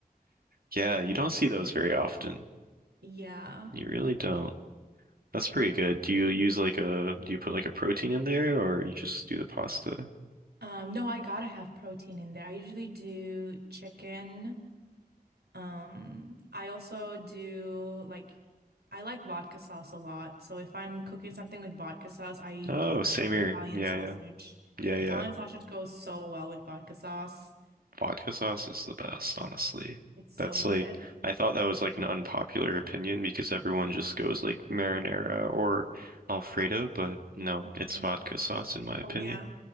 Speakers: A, on the right (about 65°); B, on the right (about 85°).
A: Yeah, you don't see those very often.
B: Yeah.
A: You really don't. That's
B: Yeah.
A: pretty good. Do you use like a, do you put like a protein in there or you just do the pasta?
B: Um, no, I gotta have protein in there. I usually do chicken. Um, I also do like I like vodka sauce a lot. So if I'm cooking something with vodka sauce, I
A: Oh,
B: put
A: same
B: in
A: here.
B: Italian
A: Yeah,
B: sausage.
A: yeah. Yeah,
B: Italian
A: yeah.
B: sausage goes so well with vodka sauce.
A: Vodka sauce is the best, honestly.
B: It's
A: That's
B: so good.
A: like, I thought that was like an unpopular opinion because everyone just goes like marinara or Alfredo, but no,
B: hmm
A: it's vodka sauce in my opinion.
B: Oh yeah.